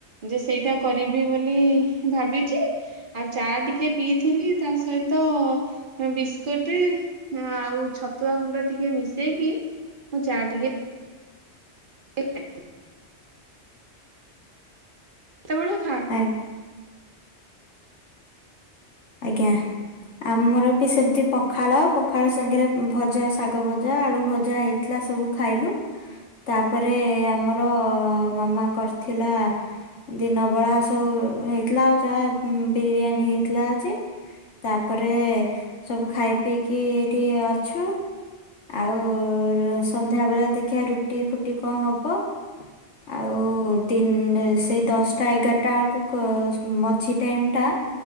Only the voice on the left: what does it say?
ଏକ। <unintelligible> ଆଜ୍ଞା। ଆମର ବି ସେମିତି ପଖାଳ, ପଖାଳ ସାଙ୍ଗରେ ଭଜା, ଶାଗ ଭଜା, ଆଳୁ ଭଜା, ହେଇଥିଲା ସବୁ। ଖାଇଲୁ। ତାପରେ ଆମର ମାମା କରିଥିଲା ଦିନ ବେଳା ସବୁ ହେଇଥିଲା, ଆଉ ଯାହା ବିରିୟାନୀ ହେଇଥିଲା। ତାପରେ ସବୁ ଖାଇ ପିଇକି ଏଇଠି ଅଛୁ। ଆଉ ସନ୍ଧ୍ୟା ଵେଳେ ଦେଖିବା ରୁଟି ଫୁଟି କଣ ହବ। ଆଉ ଦିନ ସେଇ ଦଶଟା ଏଗାରଟା ବେଳକୁ ମଝି ଟାଇମ୍ ଟା,